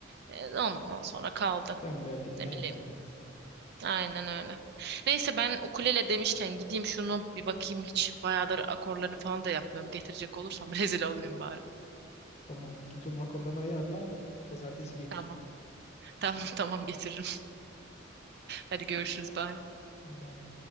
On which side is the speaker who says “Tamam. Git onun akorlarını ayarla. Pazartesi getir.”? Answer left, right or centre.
Left